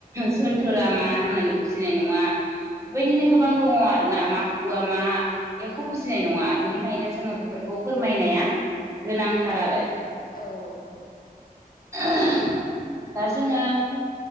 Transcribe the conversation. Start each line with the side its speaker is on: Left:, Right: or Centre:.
Right: जोनथोरा मा होननानै बुजिनाय नङा। बेबायदिनो गोबां दङ आरोना माखुवा मा एख' बुजिनाय नङा बिनिखायनो जोङो बे- फोरखौ फोरमायनाया गोनांथार आरो।
Left: औ औ औ
Right: <unintelligible> दा जोङो